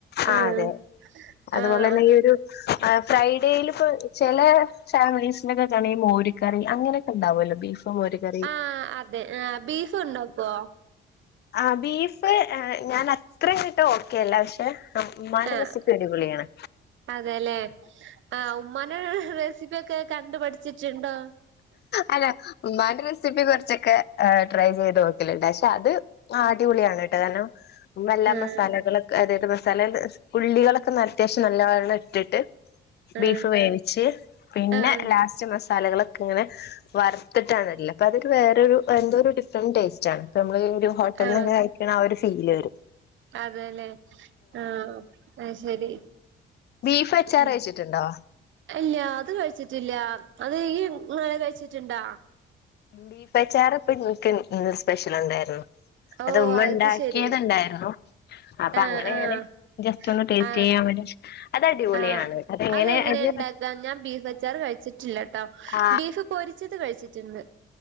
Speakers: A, on the left (about 55°); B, on the right (about 75°).
A: ആ
B: ആഹ്
A: അതെ അതുപോലെ
B: ആഹ്
A: തന്നെ ഈ ഒരു ആഹ് ഫ്രൈഡേൽ ഇപ്പോ ചെല ഫാമിലീസിനോക്കെക്കാണ മോരിക്കറി അങ്ങനൊക്കെ ഉണ്ടവോലോ ബീഫും മോര് ക
B: ആഹ് അതെ ആഹ് ബീഫ് ഉണ്ടാക്കോ
A: ആഹ് ബീഫ് ഞാൻ അത്രങ്ങട്ട് ഓക്കെല്ല പക്ഷെ ഉമ്മാന്റെറസിപ്പി
B: ആഹ്
A: അടിപൊളിയാണ്
B: അതെല്ലേ ആഹ് ഉമ്മാന്റെ റെസിപ്പിഒക്കെ കണ്ടു പഠിച്ചിട്ടുണ്ടോ
A: അല്ല ഉമ്മാന്റെ റസി റസിപ്പി കുറച്ചൊക്കെ ട്രൈ ചെയ്ത് നോക്കലണ്ട് പക്ഷെ അത് അടിപൊളിയാണ്ട്ടോ കാരണം ഉമ്മ എല്ലാ
B: ആഹ്
A: മസാലകളൊക്കെ അതായത് മസാല ഉള്ളികളൊക്കെ അത്യാവശ്യം നല്ലണം ഇട്ടിട്ട്
B: ആഹ്
A: ബീഫ് വേവിച്ച് പിന്നെ
B: ആഹ്
A: ലാസ്റ്റ് മസാലകളൊക്കെ ഇങ്ങനെ വറുത്തിട്ടാണിടല്ല അപ്പ അതരു വേറൊരു എന്തോ ഒരു ഡിഫറന്റ് ടേസ്റ്റ് ആണ് ഇ നമ്മള് ഒരു ഹോട്ടലിൽന്നൊക്കെ
B: ആഹ്
A: കഴിക്കണ ആ ഒരു ഫീല് വരും
B: അതെല്ലേ ആഹ് അ ശരി
A: ബീഫ് അച്ചാർ
B: ഉം
A: കഴച്ചിട്ടുണ്ടോ
B: ഇല്ല അത് കഴിച്ചിട്ടില്ല അത് ഈ ഇങ്ങള് കഴിച്ചിട്ടുണ്ടാ
A: ബീഫ് അച്ചാറ് ഇപ്പ എനിക്ക് ഇന്ന് സ്പെഷ്യൽ ഉണ്ടായിരുന്നു
B: ഓഹ്
A: അത് ഉമ്മ ഉണ്ടാക്കിയത്ണ്ടായിരുന്നു
B: ശരി
A: അപ്പൊ
B: ആഹ്
A: അങ്ങനെയാണ്
B: ആഹ്
A: ജസ്റ്റ് ഒന്ന് ടേസ്റ്റ്
B: ആഹ്
A: ചെയ്യാൻ വേണ്ടി അത് അടിപൊളിയാണ്
B: ആഹ് അതെങ്ങനെ
A: അത്
B: ഉണ്ടാക്കാ ഞാൻ ബീഫ് അച്ചാറ് കഴിച്ചിട്ടില്ല
A: ആ
B: ബീഫ് പൊരിച്ചത് കഴിച്ചിട്ടുണ്ട്